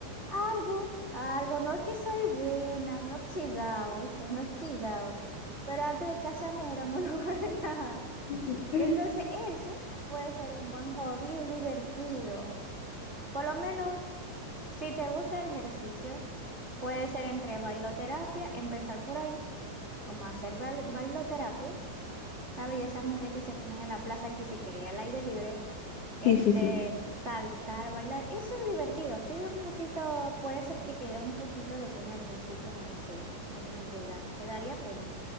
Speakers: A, on the right; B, on the left.
A: algo, algo, no es que soy buena, me he oxidado, ¿viste? Me he oxidado, pero antes de casarme era muy <laughs> buena.
B: <laughs>
A: Entonces ese puede ser un buen hobby, es divertido. Por lo menos, si te gusta el ejercicio, puede ser entre bailoterapia, empezar por ahí. como hacer bail- bailoterapia, ¿sabes? Y esas mujeres que se ponen en la plaza que se quería al aire libre, este,
B: Sí, sí, sí.
A: saltar, bailar, eso es divertido, así de un poquito, puede ser que te dé un poquito de pena al principio, no sé, no sé si te da, te daría pena.